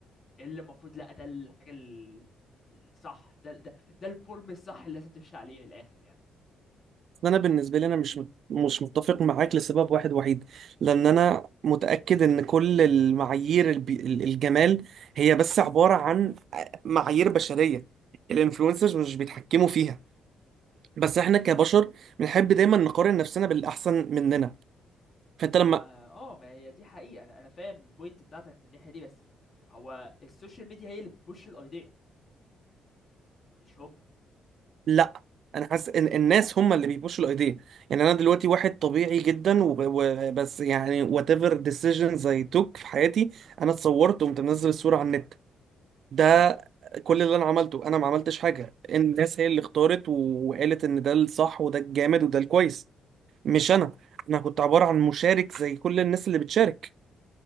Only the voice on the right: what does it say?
انا بالنسبه لي انا مش مت- مش متفق معاك لسبب واحد وحيد لان
انا متاكد ان كل المعايير الب- ال- الجمال هي بس عباره عن معايير بشريه الانفلونسرز مش بيتحكموا فيها بس احنا كبشر بنحب دايما نقارن نفسنا بالاحسن مننا فانت لما
لا انا حاسس ان الناس هم اللي بيبوشوا الايديا يعني انا دلوقتي واحد طبيعي جدا وب- وبس يعني whatever decisions I took في حياتي انا اتصورت وقمت منزل الصوره على النت ده
كل اللي انا عملته انا ما عملتش حاجه الناس هي اللي اختارت و- وقالت ان ده الصح وده الجامد وده الكويس مش انا انا كنت عباره عن مشارك زي كل الناس اللي بتشارك